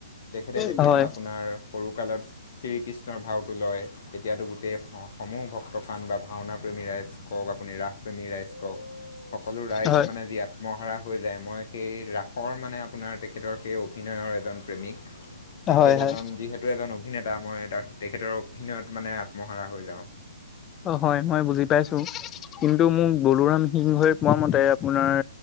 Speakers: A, on the left; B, on the left.
A: তেখেতে যেতিয়া
B: হয়
A: আপোনাৰ সৰুকালত শ্ৰীকৃষ্ণৰ ভাওটো লয় তেতিয়াতো গোটেই স সমূহ ভক্তপ্ৰাণ বা ভাওনা প্ৰেমী ৰাইজ কওক, আপুনি ৰাসপ্ৰেমী ৰাইজ কওক সকলো ৰাইজ
B: হয়
A: মানে যি আত্মহাৰা হৈ যায় মই সেই ৰাসৰ মানে আপোনাৰ তেখেতৰ সেই অভিনয়ৰ এজন প্ৰেমিক তেখেত
B: হয় হয় হয়
A: এজন যিহেতু এজন অভিনেতা মই তাক তেখেতৰ অভিনয়ত মানে আত্মহাৰা হৈ যাওঁ।
B: অ হয় মই বুজি পাইছো কিন্তু মোক বলোৰাম সিংহই কোৱা মতে আপোনাৰ